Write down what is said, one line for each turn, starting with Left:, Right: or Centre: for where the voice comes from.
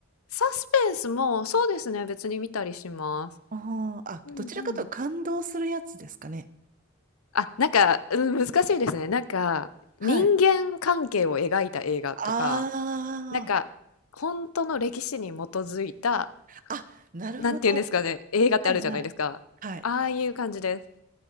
Left: サスペンスもそうですね、別に見たりします。
Right: あーあ、
Left: うんうん。
Right: どちらかというと感動するやつですかね。
Left: あ、なんか、うん、難しいですね。なんか人間関係を描いた映画とか、
Right: はい。あ
Left: なんか、本当の歴史に基づいた、
Right: あ、あ、なるほど。
Left: なんて言うんですかね、
Right: は
Left: 映画ってあるじゃないですか。
Right: いはい。はい。
Left: ああいう感じです。